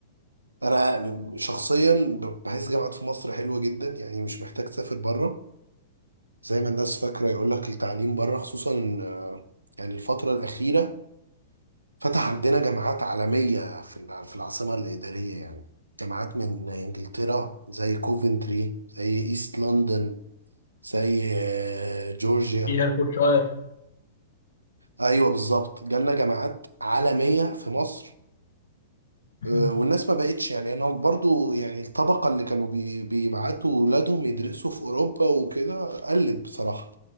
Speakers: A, on the right (about 80°); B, on the left (about 70°).
A: انا شخصيا بحس جامعات في مصر حلوه جدا يعني مش محتاج تسافر بره زي ما الناس فاكره يقول لك التعليم بره خصوصا آه، يعني الفتره الاخيره فتح عندنا جامعات عالميه في الع- في العاصمه الاداريه يعني جامعات من انجلترا زي كوفنتري زي ايست لندن زي آه، جورجيا
B: في هيرفورشاير
A: ايوه بالظبط جالنا جامعات عالميه في مصر
B: <laughs>
A: آه، والناس ما بقتش يعني انا برضو يعني الطبقه اللي كانوا بي- بيبعتوا ولادهم يدرسوا في اوروبا وكده قلت بصراحه